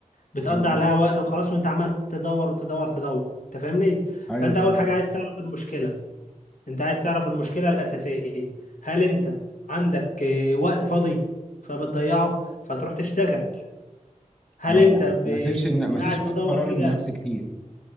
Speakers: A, on the left (about 75°); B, in the centre.
A: بتقضي
B: مم.
A: عليها وقت وخلاص وانت عمال تدور وتدور تدور انت فاهمني
B: أيوه
A: فانت
B: فعلا
A: اول حاجة عايز تعرف المشكلة انت عايز تعرف المشكلة الأساسية هل انت عندك آه، وقت فاضي فبتضيعه فتروح تشتغل هل
B: اه
A: انت
B: يعني
A: ب-
B: ما سيبش ما سيبش
A: قاعد
B: وقت
A: تدور
B: فراغ
A: كده
B: لنفسي كتير